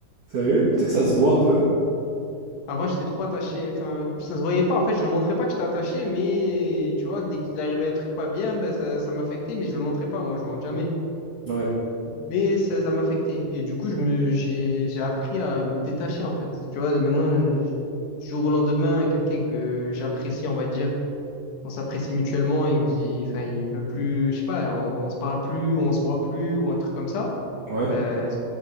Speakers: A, on the right (about 70°); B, on the left (about 70°).
A: Sérieux? Tu sais que ça se voit un peu?
B: Avant, j'étais trop attaché. Enfin, ça se voyait pas. En fait, je le montrais pas que j'étais attaché, mais tu vois, dès qu'il arrivait un truc pas bien, ben, ça, ça m'affectait, mais je le montrais pas. Moi, je montre jamais.
A: Ouais,
B: Mais ça, ça m'affectait. Et du coup, je me, j'ai, j'ai appris à me détacher, en fait. Tu vois, maintenant, euh, du jour au lendemain, quelqu'un que j'apprécie, on va dire, on s'apprécie mutuellement, il me dit, enfin, il veut plus, je sais pas, on, on se parle plus, ou on se voit plus, ou un truc comme ça.
A: ouais,
B: Ben,